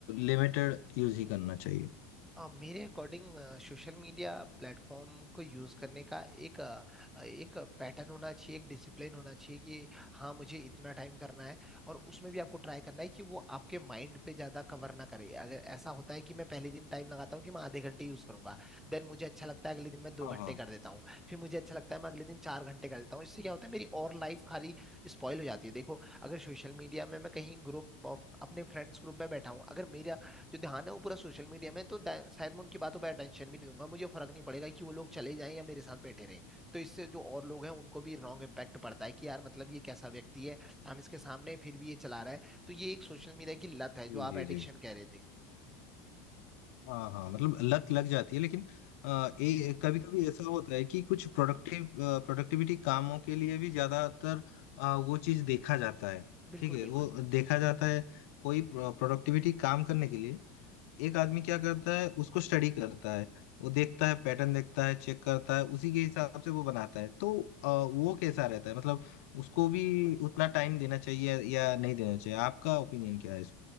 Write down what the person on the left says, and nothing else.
लिमिटेड यूज ही करना चाहिए
हाँ
हाँ
जी
जी
जी
हाँ हाँ मतलब लत लग जाती है लेकिन आ, ए, कभी कभी ऐसा होता है कि कुछ प्रोडक्टिव प्रोडक्टिविटी कामों के लिए भी ज्यादातर अ, वो चीज देखा जाता है
ठीक है
वो देखा जाता है कोई प्रोडक्टिविटी काम करने के लिए एक आदमी क्या करता है उसको स्टडी करता है वो देखता है पैटर्न देखता है चेक करता है उसी के हिसाब से वो बनाता है तो अ, वो कैसा रहता है मतलब उसको भी उतना टाइम देना चाहिए या नहीं देना चाहिए आपका ओपिनियन क्या है इस